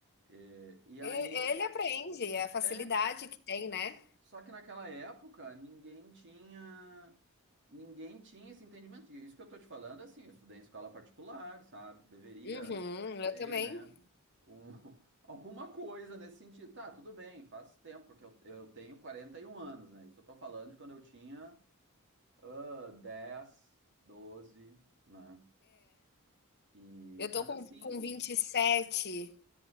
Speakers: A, on the right; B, on the left.
A: E, e
B: E-
A: aí,
B: Ele aprende, é a facilidade
A: é,
B: que tem, né?
A: Só que naquela época ninguém tinha ninguém tinha esse entendimento. E isso que eu tô te falando, assim, eu estudei em escola particular, sabe? Deveria
B: Uhum, eu
A: ter,
B: também.
A: né? Um, <laughs> alguma coisa nesse sentido. Tá, tudo bem, faz tempo, porque eu, eu tenho 41 anos, né? Isso eu tô falando de quando eu tinha ah, 10, 12, né? E,
B: Eu
A: mas
B: tô com,
A: assim,
B: com 27.